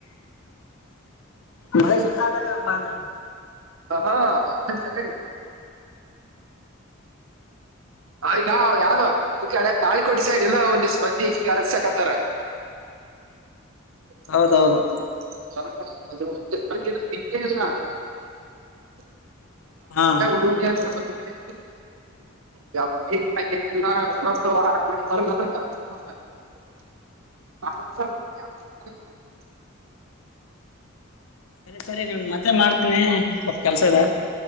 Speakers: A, on the left; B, on the right.
A: ಮಳೆ ಸ ಕಾದದು ಬಾಂದೇಳಿ
B: ಹಾ <unintelligible> ಸರ್ ಹೇಳಿ. ಹ ಈಗ ಯಾವ್ದೊ ಈ ಕಡೆ ತಾಳಿಕೋಟೆ ಸೈಡ್ ಎಲ್ಲ ಒಂದಷ್ಟ್ ಮಂದಿ ಕರೆಕ್ಸಕತ್ತಾರ. <unintelligible>
A: ಹೌದೌದು
B: ಬಿದ್ದೆ ಇಲ್ಲ. <unintelligible>
A: ಹಾ
B: ಅ ಉಡಿ ಉಡಿ <unintelligible> <inaudible> <inaudible> <unintelligible> <unintelligible> ಯ <unintelligible>
A: ಸರಿ ಸರಿ ನಿಮಗ್ ಮತ್ತೆ ಮಾಡ್ತೀನಿ. ಸ್ವಲ್ಪ ಕೆಲ್ಸ ಇದೆ